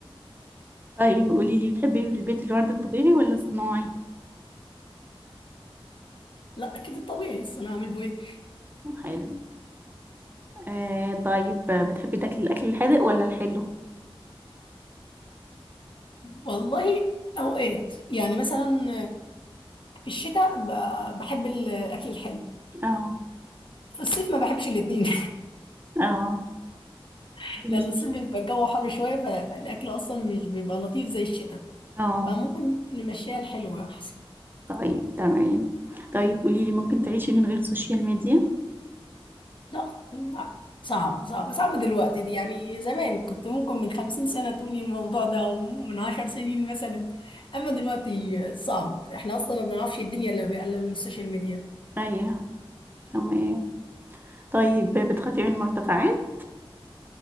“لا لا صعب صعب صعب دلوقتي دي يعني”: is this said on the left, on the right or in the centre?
Left